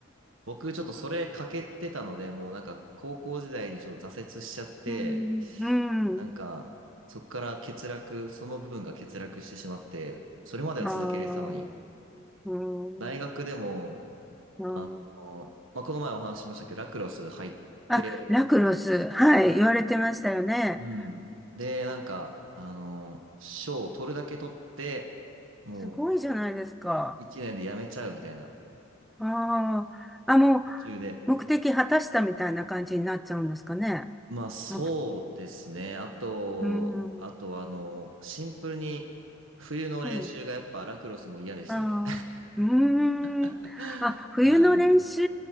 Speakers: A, on the right; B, in the centre.
A: 僕ちょっとそれ欠けてたので、もうなんか高校時代にちょっと挫折しちゃって、
B: うん、うん、
A: なんかそこから欠落、その部分が欠落してしまって、それまでは続けられてたのに、
B: あーうん、
A: 大学でも、
B: うん。
A: あの、まあ、この前お話ししましたけど、ラクロス入って、
B: あ、ラクロス、はい、
A: は
B: 言われてましたよね。
A: い。うん。で、なんか、あの、賞を取るだけ取って、もう
B: すごいじゃないですか。
A: 一年で辞めちゃうみたいな、
B: ああ、あ、もう、
A: 途中で。
B: 目的果たしたみたいな感じになっちゃうんですかね。
A: まあそうですね。
B: 目う
A: あと、
B: ーん、
A: あとはあの、シンプルに冬の練習がやっぱラクロスも嫌でしたね。
B: うん、あーうーん。
A: <laughs>
B: あ、冬の練習、
A: は